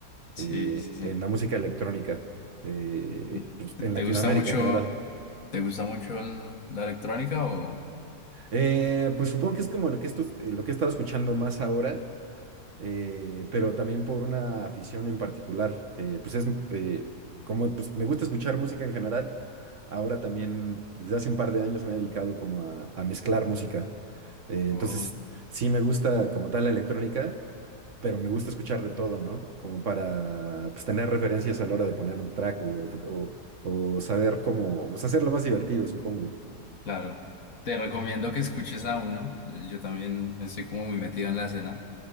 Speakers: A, on the left; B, on the right.
A: Sí,
B: eh,
A: sí, sí.
B: en la música electrónica, eh,
A: Mm.
B: pues,
A: ¿Te
B: en
A: te
B: Latinoamérica
A: gusta mucho,
B: en general.
A: te gusta mucho el- la electrónica o,
B: Eh, pues supongo que es como lo que, esto, eh, lo que he estado escuchando más ahora, eh, pero también por una afición en particular, que pues es, eh, como pues, me gusta escuchar música en general, ahora también desde hace un par de años me he dedicado como a, a mezclar música. Eh,
A: o-
B: entonces sí me gusta como tal la electrónica, pero me gusta escuchar de todo, ¿no? Como para pues, tener referencias a la hora de poner un track o, o- o saber cómo, pues hacerlo más divertido, supongo.
A: claro. Te recomiendo que escuches a uno. eh, Yo también estoy como muy metido en la escena.